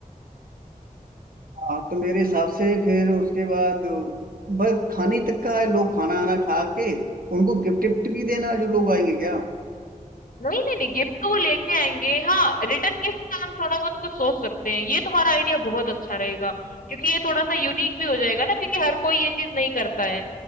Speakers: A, on the right; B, on the left.
A: हाँ तो मेरे हिसाब से फिर उसके बाद बस खाने तक का है लोग खाना आना खा के उनको गिफ्ट विफ्ट भी देना है जो लोग आएंगे क्या
B: नहीं, नहीं, नहीं गिफ्ट तो वो लेके आएँगे। हाँ, रिटर्न गिफ्ट का हम थोड़ा बहुत कुछ सोच सकते हैं। ये तुम्हारा आइडिया बहुत अच्छा रहेगा क्योंकि ये थोड़ा-सा यूनिक भी हो जाएगा ना क्योंकि हर कोई ये चीज़ नहीं करता है।